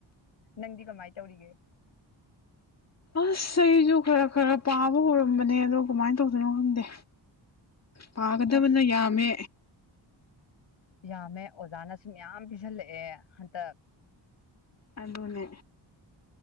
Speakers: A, on the left (about 70°); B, on the left (about 35°).
A: ꯅꯪꯗꯤ ꯀꯃꯥꯏ ꯇꯧꯔꯤꯒꯦ
B: ꯑꯁ ꯑꯩꯁꯨ ꯈꯔ ꯈꯔ ꯄꯥꯕ ꯍꯧꯔꯝꯕꯅꯦ ꯑꯗꯣ ꯀꯃꯥꯏꯅ ꯇꯧꯗꯣꯏꯅꯣ ꯈꯪꯗꯦ ꯄꯥꯒꯗꯕꯅ
A: ꯑꯁ
B: ꯌꯥꯝꯃꯦ
A: ꯌꯥꯝꯃꯦ ꯑꯣꯖꯥꯅꯁꯨ ꯃꯌꯥꯝ ꯄꯤꯁꯤꯜꯂꯛꯑꯦ ꯍꯟꯇꯛ
B: ꯑꯗꯨꯅꯦ